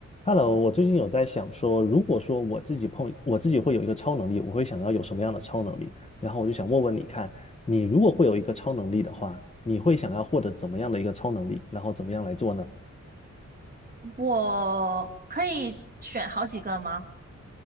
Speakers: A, on the left (about 20°); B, on the right (about 30°).
A: Hello，我最近有在想说，如果说我自己碰我自己会有一个超能力，我会想要有什么样的超能力？然后我就想问问你看，你如果会有一个超能力的话，你会想要获得怎么样的一个超能力？然后怎么样来做呢？
B: 我可以选好几个吗？